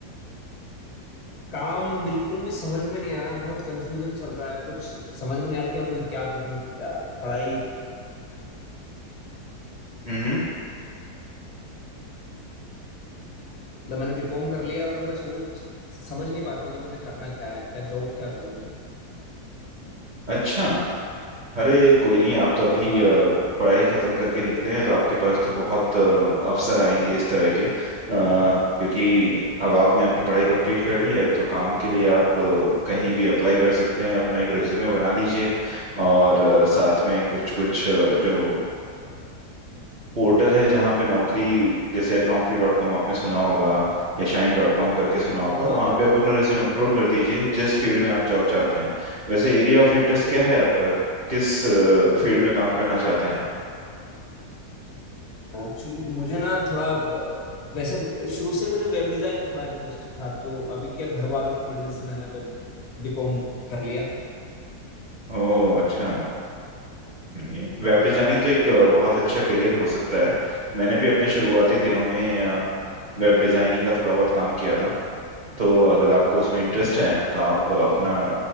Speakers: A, on the left (about 50°); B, on the right (about 45°).
A: काम बिल्कुल भी समझ में नहीं आ रहा बहुत कंफ्यूजन चल रहा है कुछ समझ में नहीं आ रहा कि अब मुझे क्या करूँ क्या पढ़ाई
B: हम्म हम्म,
A: मतलब मैंने बीकॉम कर लिया और अब मैं सोच समझ नहीं पा रहा हूँ कि मुझे करना क्या है क्या जॉब क्या करूँ
B: अच्छा अरे कोई नहीं आप तो अभी
A: हाँ
B: अ, पढ़ाई खत्म करके निकले हैं तो आपके पास तो बहुत अ, अवसर आएंगे इस तरह के अ, क्योंकि अब आपने अपनी पढ़ाई कंप्लीट कर ली है तो काम के लिए आप अ, कहीं भी अप्लाई कर सकते हैं अपना एक रिज्यूमे बना लीजिए और अ, साथ में कुछ कुछ जो पोर्टल है जहाँ पे नौकरी जैसे नौकरी डॉट कॉम आपने सुना होगा या शाइन डॉट कॉम करके सुना होगा
A: हाँ
B: वहाँ पे आप अपना रिज्यूम अपलोड कर दीजिए जिस फील्ड में आप जॉब चाहते हैं वैसे एरिया ऑफ इंटरेस्ट क्या है आपका किस फील्ड में काम करना चाहते हैं आप
A: एक्चुअली मुझे ना थोड़ा ब- वैसे शुरू से मुझे वेब डिजाइन में थोड़ा इंटरेस्ट था तो अभी क्या घर वालों की मर्जी से मैंने अब बीकॉम कर लिया
B: ओह अच्छा ये वेब
A: हाँ
B: डिजाइनिंग तो एक अ, बहुत अच्छा करियर हो सकता है मैंने भी अपने शुरुआती दिनों में अ, वेब डिजाइनिंग का थोड़ा बहुत काम किया था तो अगर आपको उसमें इंटरेस्ट है तो आप अपना